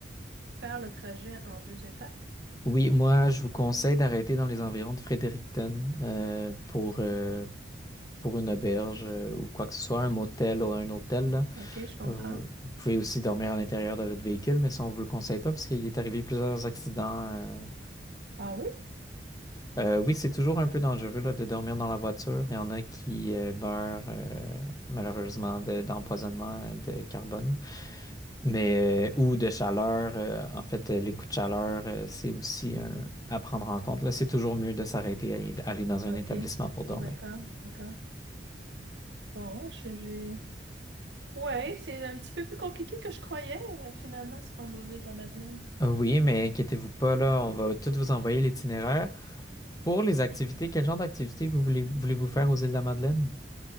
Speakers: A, on the right; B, on the left.
A: faire le trajet en deux étapes.
B: oui, moi, je vous conseille d'arrêter dans les environs de Fredericton euh, pour, euh, pour une auberge euh, ou quoi que ce soit, un motel ou un hôtel. là.
A: OK, je comprends.
B: Euh, vous pouvez aussi dormir à l'intérieur de votre véhicule, mais ça, on ne vous le conseille pas parce qu'il est arrivé plusieurs accidents. euh.
A: Ah oui?
B: Euh, oui, c'est toujours un peu dangereux là, de dormir dans la voiture. Il y en a qui euh, meurent euh, malheureusement de- d'empoisonnement de carbone, mais euh, ou de chaleur. euh, en fait, euh, les coups de chaleur, euh, c'est aussi un- à prendre en compte. Là, c'est toujours mieux de s'arrêter et d'aller dans
A: OK.
B: un établissement pour dormir.
A: D'accord, d'accord. Bon, je- j'ai... Ouais, c'est un petit peu plus compliqué que je croyais, euh, finalement, se rendre aux îles de la Madeleine.
B: Euh, Oui, mais inquiétez-vous pas, là, on va tout vous envoyer l'itinéraire. Pour les activités, quel genre d'activités vous voulez, voulez-vous faire aux îles de la Madeleine?